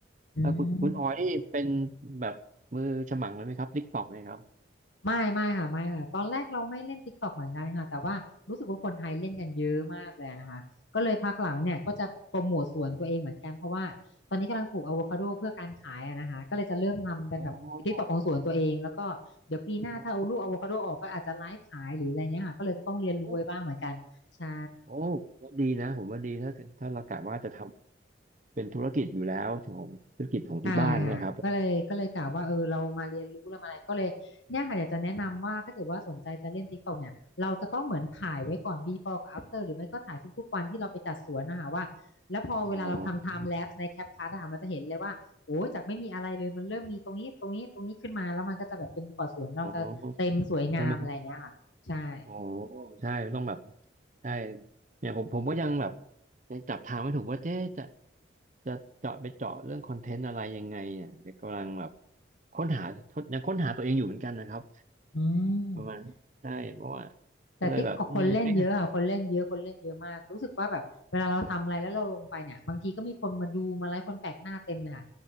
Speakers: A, on the left (about 80°); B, on the right (about 40°).
A: อืม
B: แล้วคุณคุณออยนี่เป็นแบบมือฉมังเลยไหมครับติ๊กต็อกเนี่ยครับ
A: ไม่ไม่ค่ะไม่ค่ะตอนแรกเราไม่เล่น TikTok เหมือนกันค่ะแต่ว่ารู้สึกว่าคนไทยเล่นกันเยอะมากเลยนะคะก็เลยพักหลังเนี่ยก็จะโปรโมทสวนตัวเองเหมือนกันเพราะว่าตอนนี้กำลังปลูกอะโวคาโดเพื่อการขายอะนะคะก็เลยจะเริ่มทำเป็นแบบ
B: อ๋อ
A: TikTok ของสวนตัวเองแล้วก็เดี๋ยวปีหน้าถ้าเอาลูกอะโวคาโดออกก็อาจจะไลฟ์ขายหรืออะไรเงี้ยค่ะก็เลยจะต้องเรียนรู้ไว้บ้างเหมือนกันใช่
B: อ๋อโอ้โอ้วดีนะผมว่าดีถ้าถ้าเรากะว่าจะทำเป็นธุรกิจอยู่แล้วของธุรกิจของที่บ้านเนี่ยครับ
A: ใช่ค่ะก็เลยก็เลยกล่าวว่าเออเรามาเรียนรู้เรามาอะไรก็เลยเนี่ยค่ะอยากจะแนะนำว่าถ้าเกิดว่าสนใจจะเล่น TikTok เนี่ยเราจะต้องเหมือนถ่ายไว้ก่อน before กับ after หรือไม่ก็ถ่ายทุกๆวันที่เราไปจัดสวนนะคะว่าแล้วพอเวลาเราทำ
B: อ๋อ
A: time lapse ใน CapCut อะค่ะมันจะเห็นเลยว่าโอ้จากไม่มีอะไรเลยมันเริ่มมีตรงนี้ตรงนี้ตรงนี้ขึ้นมาแล้วมันก็จะแบบจนกว่าสวนเราจะเต็มสวยงามอะไรอย่างเงี้ยค่ะใช่
B: อ๋อใช่ไหมโอ้ใช่ต้องแบบใช่เนี่ยผมผมก็ยังแบบยังจับทางไม่ถูกว่าเจ๊จะจะเจาะไปเจาะเรื่องคอนเทนต์อะไรยังไงเนี่ยเดี๋ยวกำลังแบบค้นหาทดยังค้นหาตัวเองอยู่เหมือนกันนะครับ
A: อืม
B: ประมาณใช่เพราะว่า
A: แต่ติ๊กออกคนเล่นเยอะค่ะคนเล่นเยอะคนเล่นเยอะมากรู้สึกว่าแบบเวลาเราทำอะไรแล้วเราลงไปเนี่ยบางทีก็มีคนมาดูมาไลค์คนแปลกหน้าเต็มเลยค่ะ
B: ก็เลยแบบอืมไม่